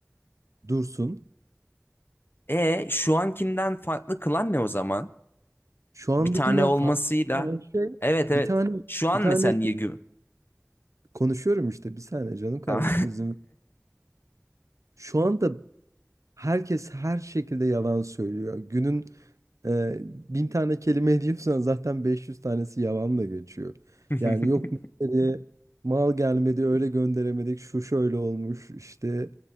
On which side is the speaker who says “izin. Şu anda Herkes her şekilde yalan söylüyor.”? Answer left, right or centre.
Right